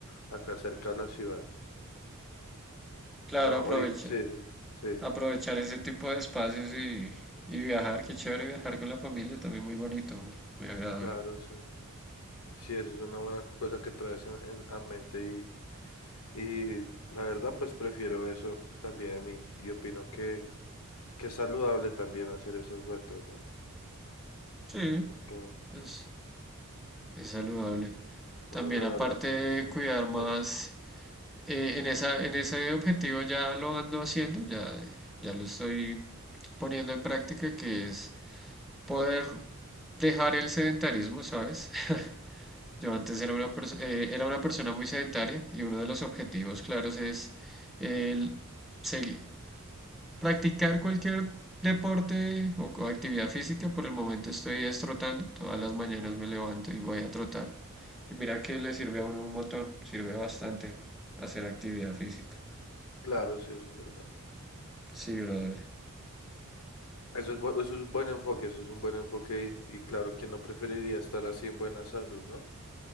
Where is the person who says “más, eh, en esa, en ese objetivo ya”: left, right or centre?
Centre